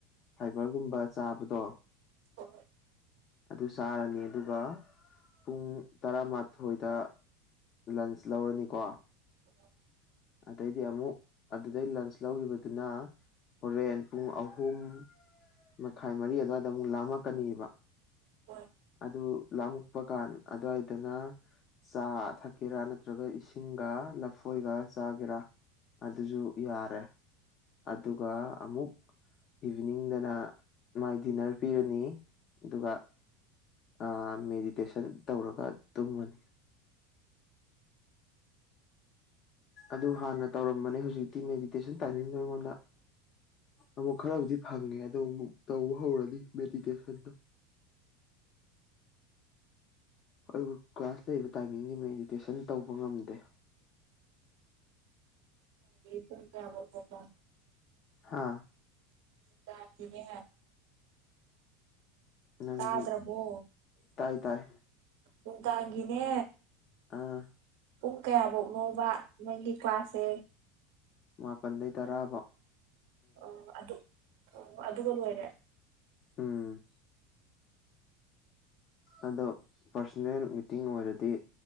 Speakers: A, on the left; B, on the right.
A: ꯐꯥꯏꯕꯔꯒꯨꯝꯕ ꯆꯥꯕꯗꯣ
B: ꯍꯣꯏ
A: ꯑꯗꯨ ꯆꯥꯔꯅꯤ ꯑꯗꯨꯒ ꯄꯨꯡ ꯇꯔꯥꯃꯥꯊꯣꯏꯗ ꯂꯟꯁ ꯂꯧꯔꯅꯤꯀꯣ
B: ꯎ <inaudible>
A: ꯑꯗꯩꯗꯤ ꯑꯃꯨꯛ ꯑꯗꯨꯗꯩ ꯂꯟꯁ ꯂꯧꯒꯤꯕꯗꯨꯅ ꯍꯣꯔꯦꯟ ꯄꯨꯡ ꯑꯍꯨꯝ ꯃꯈꯥꯏ ꯃꯔꯤ ꯑꯗꯨꯋꯥꯏꯗ ꯑꯃꯨꯛ ꯂꯥꯝꯃꯛꯀꯅꯤꯕ
B: ꯍꯣꯏ
A: ꯑꯗꯨ ꯂꯥꯝꯃꯛꯄ ꯀꯥꯟ ꯑꯗꯋꯥꯏꯗꯅ ꯆꯥ ꯊꯛꯀꯦꯔꯥ ꯅꯠꯇ꯭ꯔꯒ ꯏꯁꯤꯡꯒ ꯂꯐꯣꯏꯒ ꯆꯥꯒꯦꯔꯥ ꯑꯗꯨꯖꯨ ꯌꯥꯔꯦ ꯑꯗꯨꯒ ꯑꯃꯨꯛ ꯏꯚꯤꯅꯤꯡꯗꯅ ꯃꯥꯏ ꯗꯤꯟꯅꯔ ꯄꯤꯔꯅꯤ ꯑꯗꯨꯒ ꯑ ꯃꯦꯗꯤꯇꯦꯁꯟ ꯇꯧꯔꯒ ꯇꯨꯝꯃꯅꯤ ꯑꯗꯨ ꯍꯥꯟꯅ ꯇꯧꯔꯝꯕꯅꯦ ꯍꯧꯖꯤꯛꯇꯤ ꯃꯦꯗꯤꯇꯦꯁꯟ ꯇꯥꯏꯃꯤꯡꯗꯣ ꯑꯩꯉꯣꯟꯗ ꯑꯃꯨꯛ ꯈꯔꯕꯨꯗꯤ ꯐꯪꯉꯦ ꯑꯗꯣ ꯑꯃꯨꯛ ꯇꯧꯕ ꯍꯧꯔꯅꯤ ꯃꯦꯗꯤꯇꯦꯁꯟꯗꯣ ꯑꯩꯕꯨ ꯀ꯭ꯂꯥꯁ ꯂꯩꯕ ꯇꯥꯏꯃꯤꯡꯗꯤ ꯃꯦꯗꯤꯇꯦꯁꯟ ꯇꯧꯕ ꯉꯝꯗꯦ
B: ꯄꯨꯡ ꯀꯌꯥꯕꯧ ꯊꯣꯛꯄ
A: ꯍꯥꯥ
B: ꯆꯥꯒꯤꯅꯦ
A: ꯅꯪꯒꯤ
B: ꯇꯥꯗ꯭ꯔꯕꯣ
A: ꯇꯥꯏ ꯇꯥꯏ
B: ꯅꯨꯡꯗꯥꯡꯒꯤꯅꯦ
A: ꯑꯥ
B: ꯄꯨꯛ ꯀꯌꯥꯚꯧꯅꯣꯕ ꯅꯪꯒꯤ ꯀ꯭ꯂꯥꯁꯁꯦ
A: ꯃꯥꯄꯟꯗꯩ ꯇꯔꯥꯕꯥꯎ
B: ꯑꯣ ꯑꯗꯨꯛ ꯑꯣ ꯑꯗꯨꯒ ꯂꯣꯏꯔꯦ
A: ꯎꯝ ꯑꯗꯣ ꯄꯥꯔꯁꯣꯅꯦꯜ ꯃꯤꯇꯤꯡ ꯑꯣꯏꯔꯗꯤ